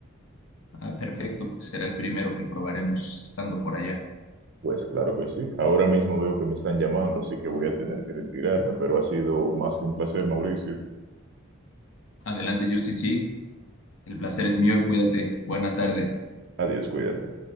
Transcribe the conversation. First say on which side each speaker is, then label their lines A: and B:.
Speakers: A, on the left; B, on the right.
A: Ah, perfecto, pues será el primero que probaremos estando por allá.
B: Pues claro que sí. Ahora mismo veo que me están llamando, así que voy a tener que retirarme, pero ha sido más que un placer, Mauricio.
A: Adelante, Justin, sí. El placer es mío y cuídate. Buena tarde.
B: Adiós, cuídate.